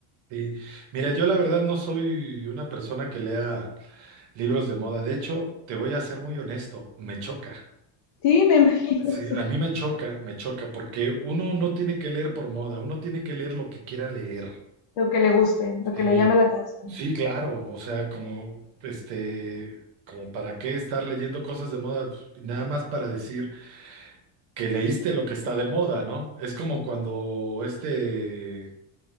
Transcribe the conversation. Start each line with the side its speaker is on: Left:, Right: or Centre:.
Right: Sí. Mira, yo la verdad no soy una persona que lea libros de moda. De hecho, te voy a ser muy honesto, me choca.
Left: Sí, me imagino,
Right: Sí,
Left: <laughs> sí.
Right: a mí me choca, me choca, porque uno no tiene que leer por moda, uno tiene que leer lo que quiera leer.
Left: Lo que le guste, lo
Right: Sí,
Left: que le llame la atención.
Right: sí, claro. O sea, como, este, como para qué estar leyendo cosas de moda, Pues, nada más para decir que leíste lo que está de moda, ¿no? Es como cuando este,